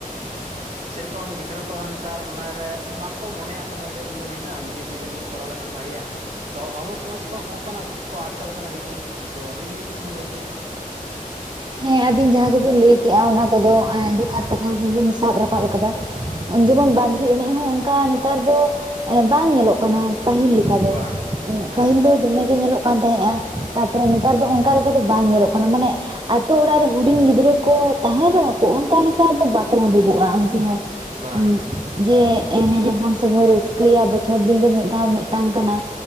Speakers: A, on the right; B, on the right.
A: <inaudible>
B: ᱥᱮ ᱨᱚᱠᱚᱢ ᱜᱤᱫᱽᱨᱟᱹ ᱠᱚᱦᱚᱸ ᱱᱮᱛᱟᱨ ᱚᱱᱟ ᱨᱮ ᱵᱟᱝᱠᱚ ᱢᱚᱱᱮᱭᱟᱜ ᱠᱟᱱᱟ ᱡᱮ ᱱᱤᱭᱟᱹ ᱢᱮᱱᱟᱜ-ᱟ, ᱱᱤᱭᱟᱹ ᱫᱤᱱ ᱨᱮ ᱱᱤᱭᱟᱹ ᱠᱚᱨᱟᱣ ᱞᱮᱠᱷᱟᱱ ᱵᱷᱟᱜᱮᱭᱟ᱾ ᱛᱚ ᱟᱵᱚ ᱥᱚᱢᱟᱡ ᱠᱚᱜ ᱚᱝᱠᱟᱱᱟᱜ ᱠᱚ ᱟᱫ ᱪᱟᱵᱟᱜ ᱠᱟᱱᱟ ᱟᱹᱰᱤ ᱜᱮ, ᱛᱚ ᱟᱵᱤᱱ ᱡᱩᱫᱤ ᱠᱤᱪᱷᱩ ᱵᱤᱱ ᱞᱟᱹᱭ ᱠᱮᱭᱟ?
A: ᱦᱮᱸ ᱟᱹᱵᱤᱱ ᱡᱟᱦᱟᱸ ᱠᱩᱵᱤᱱ ᱞᱟᱹᱭ ᱠᱮᱜ-ᱟ, ᱚᱱᱟ ᱠᱚᱫᱚ ᱡᱚᱛᱷᱟᱛ ᱠᱟᱛᱷᱟ ᱠᱚ ᱵᱤᱱ ᱥᱟᱵ ᱨᱟᱠᱟᱵ ᱟᱠᱟᱫᱟ᱾ ᱡᱮᱢᱚᱱ ᱵᱟᱸᱫᱽᱨᱤ ᱮᱱᱮᱡ ᱦᱚᱸ ᱚᱱᱠᱟ ᱱᱮᱛᱟᱨ ᱫᱚ ᱮ ᱵᱟᱝ ᱧᱮᱞᱚᱜ ᱠᱟᱱᱟ, ᱯᱟᱹᱦᱤᱞ ᱞᱮᱠᱟ ᱫᱚ,
B: ᱵᱟᱝ ᱦᱮᱸ
A: ᱯᱟᱹᱦᱤᱞ ᱫᱚ ᱫᱚᱢᱮ ᱜᱮ ᱧᱮᱞᱚᱜ ᱠᱟᱱ ᱛᱟᱦᱮᱸᱜ-ᱟ, ᱛᱟᱨᱯᱚᱨᱮ ᱱᱮᱛᱟᱨ ᱫᱚ ᱚᱝᱠᱟ ᱞᱮᱠᱟ ᱫᱚ ᱵᱟᱝ ᱧᱮᱞᱚᱜ ᱠᱟᱱᱟ, ᱢᱟᱱᱮ ᱛᱚ ᱚᱲᱟᱜ ᱨᱮ ᱦᱩᱰᱤᱧ ᱜᱤᱫᱽᱨᱟᱹ ᱠᱚ ᱛᱟᱦᱮᱸᱱ ᱨᱮᱦᱚᱸ ᱠᱚ ᱚᱱᱠᱟ ᱞᱮᱠᱟ ᱫᱚ ᱵᱟᱠᱚ ᱩᱰᱩᱠᱚᱜ-ᱟ ᱩᱱᱠᱩ ᱦᱚᱸ᱾
B: ᱵᱟᱝ
A: ᱩᱸ ᱡᱮ ᱮᱱᱮᱡ ᱡᱟᱵᱚᱱ ᱥᱮ ᱵᱚᱱ ᱨᱟᱹᱥᱠᱟᱹᱭᱟ ᱵᱚᱪᱷᱚᱨ ᱫᱤᱱ ᱨᱮ ᱢᱤᱫ ᱫᱷᱟᱣ ᱢᱮᱜᱴᱟᱝ ᱠᱟᱱᱟ,